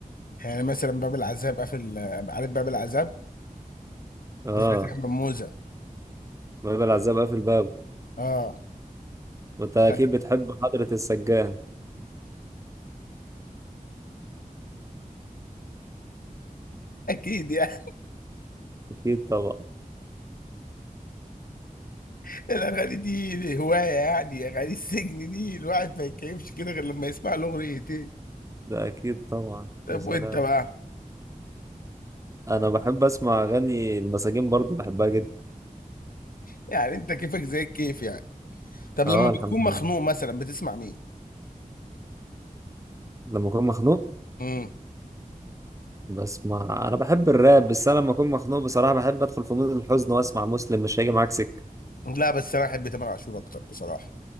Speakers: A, on the left; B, on the right.
A: يعني مثلا باب العذاب قافل عارف باب العذاب
B: اه
A: بتاعت احمد موزة
B: باب العزاب قافل بابه
A: اه
B: وانت اكيد
A: بتاعت-
B: بتحب حضرة السجان
A: اكيد يعني
B: اكيد طبعا
A: <laughs> الاغاني دي هوايه يعني اغاني السجن دي الواحد ما يتكيفش كده غير لما يسمع الاغنيتين
B: ده اكيد طبعا
A: طب
B: يا سلام
A: وانت بقى
B: انا بحب اسمع اغاني المساجين برضو بحبها جدا
A: يعني انت كيفك زي الكيف يعني طب
B: اه
A: لما بتكون
B: الحمد لله
A: مخنوق مثلا بتسمع مين
B: لما اكون مخنوق
A: امم
B: بسمع انا بحب الراب بس انا لما اكون مخنوق بصراحه بحب ادخل في مود الحزن واسمع مسلم مش هيجي معاك سكه
A: لا بس انا احب تامر عاشور اكتر بصراحه